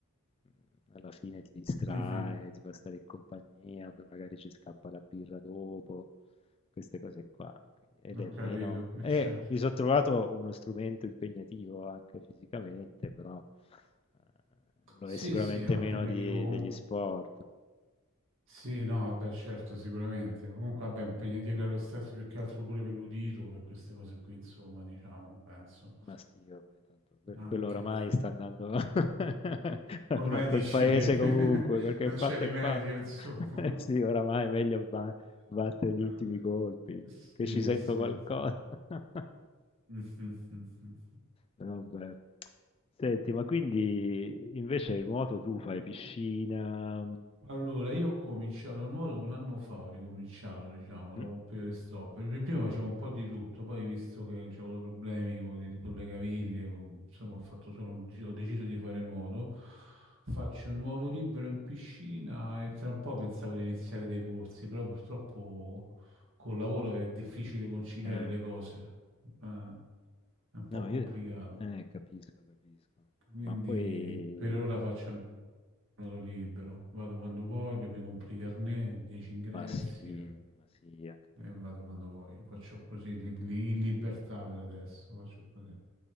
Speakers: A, on the left (about 25°); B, on the right (about 60°).
A: mm, alla fine ti distrae,
B: Mhm,
A: ti fa stare in compagnia, poi magari ci scappa la birra dopo, queste cose qua. Quindi- Ed
B: ho
A: è
B: capito,
A: meno...
B: è
A: eh,
B: certo.
A: mi sono trovato uno strumento impegnativo anche fisicamente, però eh, lo
B: Sì,
A: è sicuramente
B: sì, no,
A: meno
B: impegnativo
A: di-
B: comunque.
A: degli sport.
B: Sì, no, vabbè, certo, sicuramente. Comunque, vabbè, impegnativo dello stesso più che altro pure per l'udito, per queste cose qui, insomma, diciamo, penso.
A: Ma sì, vabbè, tanto que-
B: Anche.
A: quello oramai sta andando <laughs>
B: Ormai
A: a quel
B: dici
A: paese
B: che <laughs>
A: comunque, quel che
B: non
A: è fatto
B: c'è rimedio,
A: è fatto.
B: insomma.
A: <laughs> Sì, oramai è meglio ba-
B: <laughs>
A: battere gli ultimi colpi,
B: Sì,
A: finché ci sento
B: sì.
A: qualcosa.
B: sì.
A: <laughs>
B: <laughs> Mhm, mhm, mhm.
A: Vabbè. Senti, ma quindi invece il nuoto tu fai piscina? mm,
B: Allora, io ho cominciato a nuoto un anno fa, ho ricominciato, diciamo,
A: mhm,
B: dopo un periodo di stop. Pr- Prima facevo un po' di tutto, poi visto che avevo avuto problemi con, con le caviglie, con- insomma, ho fatto solo un gi- ho deciso di fare nuoto. Faccio un nuoto libero in piscina e tra un po' pensavo di iniziare dei corsi, però purtroppo col lavoro è difficile conciliare
A: eh,
B: le cose, eh, è un po'
A: no,
B: complicato.
A: io eh, capisco, capisco.
B: Quindi
A: Ma poi...
B: per ora faccio un nodo libero, vado
A: mm, mm.
B: quando voglio, mi compri i carnet, 10 ingressi
A: Ma sì,
B: eh,
A: ma sì, anche perché
B: e, vado
A: vabbè.
B: quando voglio. Faccio così li- li- in libertà per adesso, faccio così.
A: Mm.